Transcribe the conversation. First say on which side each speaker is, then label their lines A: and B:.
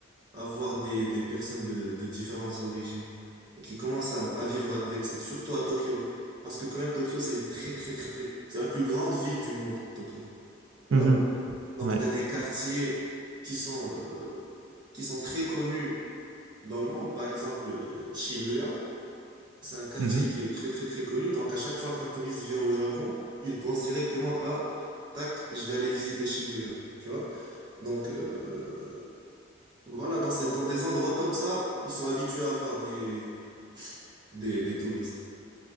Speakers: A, on the right; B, on the right.
A: avoir des, des personnes de, de différentes origines. Donc, ils commencent à, à vivre avec ça, surtout à Tokyo. Parce que quand même, Tokyo, c'est une très, très, très, très... C'est la plus grande ville du monde, Tokyo. Tu
B: Mhm.
A: vois? Donc,
B: Ouais.
A: tu as des quartiers qui sont, euh, qui sont très connus dans le monde. Par exemple, euh, Shibuya. C'est un quartier
B: Mhm.
A: qui est très très très connu, donc à chaque fois qu'un touriste vient au Japon, il pense directement à tac, je vais aller visiter Shibuya, tu vois? Donc euh, voilà, dans ces, dans des endroits comme ça, ils sont habitués à avoir des des, des touristes.